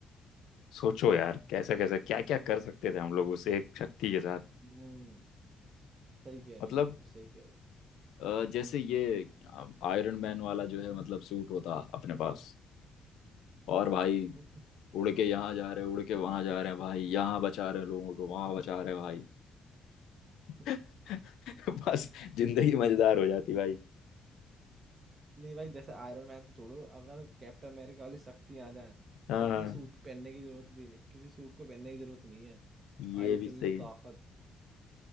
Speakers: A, on the left (about 80°); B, on the right (about 45°).
A: सोचो यार कैसा कैसा क्या क्या कर सकते थे हम लोग उस एक शक्ति के साथ
B: हम्म सही कह रहे
A: मतलब
B: हो बिल्कुल सही कह रहे
A: अ, जैसे ये आयरन मैन वाला जो है मतलब सूट होता अपने पास और भाई
B: हो
A: उड़ के यहाँ जा रहे उड़ के वहां जा रहे हैं भाई यहाँ बचा रहे हैं लोगों को वहां बचा रहे हैं भाई <laughs>
B: <laughs>
A: बस जिंदगी मजेदार हो जाती भाई
B: नहीं भाई जैसे आयरन मैन तो छोड़ो अगर कैप्टन अमेरिका वाली शक्ति आ जाए
A: हाँ
B: भाई किसी
A: हाँ।
B: सूट पहनने की जरूरत भी नहीं किसी सूट को पहनने की जरूरत नहीं है
A: ये
B: भाई इतनी
A: भी सही
B: ताकत